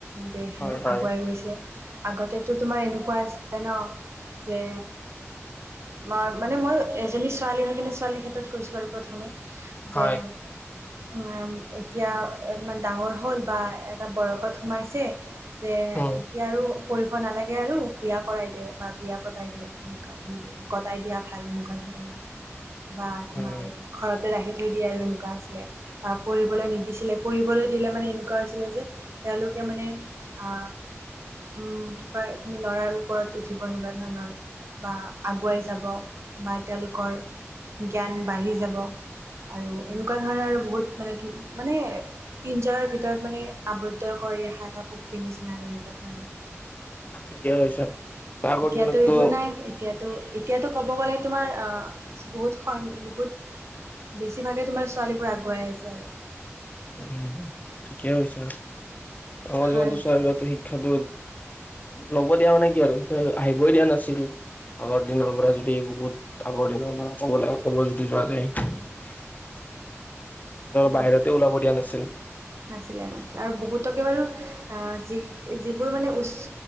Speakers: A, on the right; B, on the left.
A: দে
B: হয়
A: আৰু
B: হয়।
A: আগুৱাই গৈছে আগতেতো তোমাৰ এনেকোৱা আছিলে ন যে মই মানে মই এজনী ছোৱালী হৈ কিনে ছোৱালীৰ ক্ষেত্ৰত কৈছো বাৰু প্ৰথমে
B: হয়
A: যে উম এতিয়া ইমান ডাঙৰ হ'ল বা এটা বয়সত সোমাইছে যে
B: উম
A: এতিয়া আৰু কৰিব নালাগে আৰু বিয়া কৰাই দিয়ে বা বিয়া পতাই দিয়ে তেনেকোৱা দি দিয়ে কটাই দিয়া ভাল এনেকোৱা ধৰণৰ বা তোমাৰ
B: উম
A: ঘৰতে ৰাখি থৈ দিয়ে আৰু এনেকোৱা আছিলে বা পঢ়িবলৈ নিদিছিলে পঢ়িবলৈ দিলে মানে এনেকোৱা হৈছিলে যে তেওঁলোকে মানে আ উম কি কয় তুমি লৰাৰ ওপৰত উঠিব এনেকোৱা ধৰণৰ বা আগুৱাই যাব বা তেওঁলোকৰ জ্ঞান বাঢ়ি যাব
B: <inaudible>
A: আৰু এনেকুৱা ধৰণৰ আৰু বহুত মানে মানে পিঞ্জৰাৰ ভিতৰত মানে আবদ্ধ কৰি দে এটা পক্ষীৰ নিচিনা আৰু এনেকুৱা ধণ
B: ঠিকে কৈছা আগৰ
A: এতিয়াতো
B: দিনততো
A: এইবোৰ নাই এতিয়া। তো এতিয়াতো ক'ব গ'লে তোমাৰ বহুত বহুত বেছিভাগে তোমাৰ ছোৱালীবোৰ আগুৱাই আছে আৰু
B: উম ঠিকে কৈছা আমাৰ
A: হয়
B: যিহেতু চাৰবিল শিক্ষাটো ল'ব দিয়া মানে কি আৰু আহিবই দিয়া নাছিল আগৰ দিনৰ পৰা যদি বহুত আগৰ দিনৰ পৰা ক'ব লাগে ক'ব যদি যোৱা যায় <unintelligible> বাহিৰতে
A: হয়
B: ওলাব দিয়া নাছিল
A: নাছিলে নাছিলে আৰু বহুতকে বাৰু অ যি যিবোৰ মানে উচ্চ